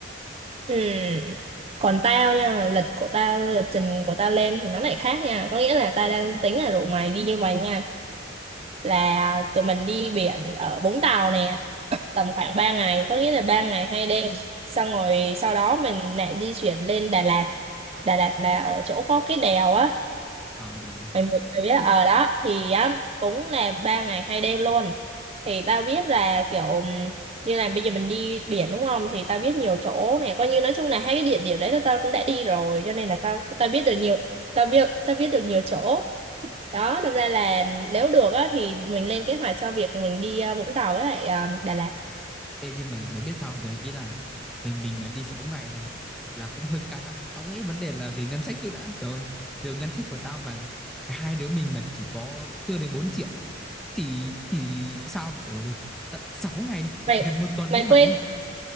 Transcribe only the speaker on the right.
Ừ. Còn tao nha, lịch của tao, lịch trình của tao lên thì nó lại khác nha. Có nghĩa là tao đang tính là rủ mày đi như vậy nha. Là tụi mình đi biển ở Vũng Tàu nè, tầm khoảng 3 ngày, có nghĩa là 3 ngày 2 đêm. Xong rồi sau đó mình lại di chuyển lên Đà Lạt. Đà Lạt là ở chỗ có cái đèo á,
mày biết mày biết ở đó thì á, cũng là ba ngày hai đêm luôn thì tao biết là kiểu ừm, như là bây giờ mình đi biển đúng không thì tao biết nhiều chỗ này coi như nói chung là hai cái địa điểm đấy là tao cũng đã đi rồi cho nên là tao tao biết được nhiều tao biết tao biết được nhiều chỗ đó đâm ra là nếu được á thì mình lên kế hoạch cho việc mình đi ờ, Vũng Tàu với lại ờ, Đà Lạt
mày
mày
quên